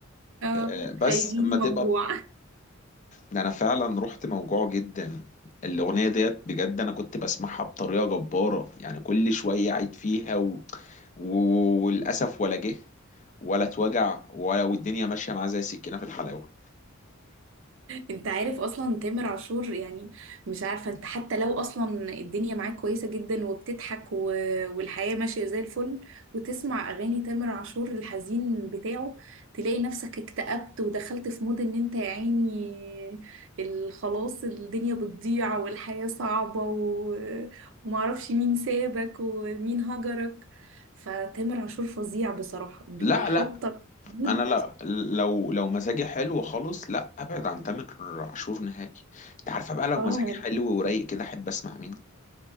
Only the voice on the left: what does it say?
آه، بس
اما
تبقى ده انا فعلا رحت موجوع جدا الاغنيه ديت بجد انا كنت بسمعها بطريقه جباره يعني كل شويه عيد فيها و... و... وللاسف ولا جه ولا اتوجع ولا والدنيا ماشيه معاه زي السكينه في الحلاوه
لا لا
انا لا لو لو مزاجي حلو خالص لا ابعد عن تامر عاشور نهائي انت عارفه بقى لو
مزاجي حلو ورايق كده احب اسمع مين